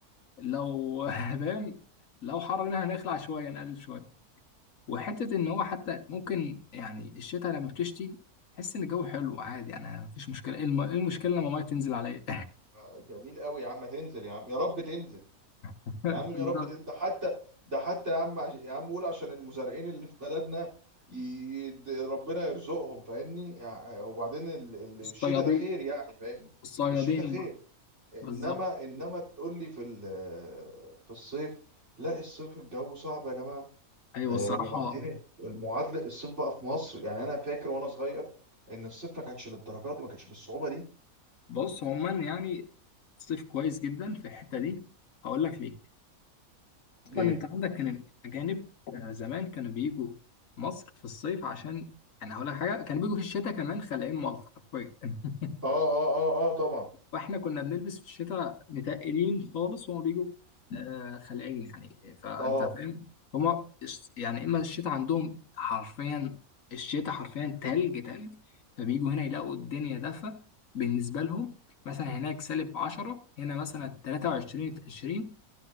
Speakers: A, on the left (about 65°); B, on the right (about 50°).
A: لو <laughs> فاهم لو حرنا هنخلع شويه نقلل شويه وحته ان هو حتى ممكن يعني الشتاء لما بتشتي تحس ان الجو حلو عادي يعني مفيش مشكله ايه الم- إيه المشكله لما الميه تنزل عليا
B: آه، جميل قوي يا عم تنزل يا عم يا رب تنزل
A: <laughs>
B: يا عم يا
A: بالظبط
B: رب تنزل. ده حتى ده حتى يا عم عش- يا عم قول عشان المزارعين اللي في بلدنا ي... د- ربنا يرزقهم فاهمني يعني وبعدين ال... ال- الشتاء
A: الصيادين
B: ده خير يعني فاهمني
A: الصيادين
B: الشتاء خير انما
A: بالظبط
B: انما تقول لي في ال... في الصيف لا الصيف الجو صعب يا جماعه
A: ايوه
B: آه،
A: الصراحه
B: وبعدين المعادله الصيف بقى في مصر يعني انا فاكر وانا صغير ان الصيف ما كانش للدرجه دي ما كانش بالصعوبه دي
A: بص عموما يعني صيف كويس جدا في الحته دي هقول لك ليه
B: ليه
A: اصلا انت عندك كان الاجانب آه، زمان كانوا بيجوا مصر في الصيف عشان انا هقول لك حاجه كانوا بيجوا في الشتاء كمان خلاين مالطا حرفيا <laughs>
B: اه اه اه اه طبعا
A: واحنا كنا بنلبس في الشتاء متقلين خالص وهما بيجوا آه، خلقين يعني فانت
B: اه
A: فاهم هما الش- يعني اما الشتاء عندهم حرفيا الشتاء حرفيا تلج تلج فبيجوا هنا يلاقوا الدنيا دفا بالنسبة لهم مثلا هناك سالب 10 هنا مثلا 23 20